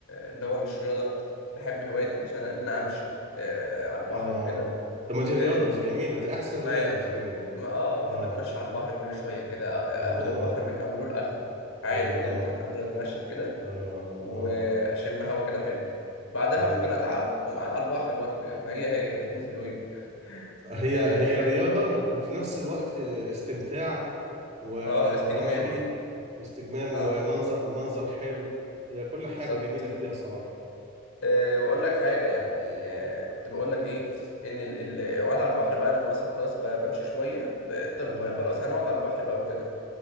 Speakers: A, on the left (about 85°); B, on the right (about 30°).
A: اللي هو مش رياضة بحب هواية مثلا إن أنا أمشي آه، على البحر
B: اه
A: وكده
B: طب ما دي
A: آه،
B: رياضة
A: ب-
B: دي جميلة دي أحسن
A: ما
B: رياضة
A: هي
B: دي جميلة
A: ما آه بحب
B: اه
A: أتمشى على البحر كل شوية كده
B: الله
A: آخد البحر من أوله لآخره عادي
B: الله
A: جدا أفضل أتمشى كده
B: اه
A: وأشم
B: اه
A: هوا كده حلو بعدها
B: الله
A: ممكن أتعب أقوم قاعد على البحر برضه يعني ما هي هي الاتنين حلوين
B: هي
A: آه
B: هي رياضة
A: آه
B: وفي نفس الوقت استمتاع و-
A: آه،
B: وهنقي
A: استجمام
B: واستجمام
A: آه
B: ومنظر ومنظر حلو هي كل حاجة
A: بالظبط
B: جميلة فيها صراحة
A: أه واقول لك حاجه يعني أه كنت بقول لك ايه ان ال- ال- القعاد على البحر بقى لما مثلا خلاص ب- بمشي شويه أه تلقائي
B: اه
A: خلاص هنقعد على البحر بقى وكده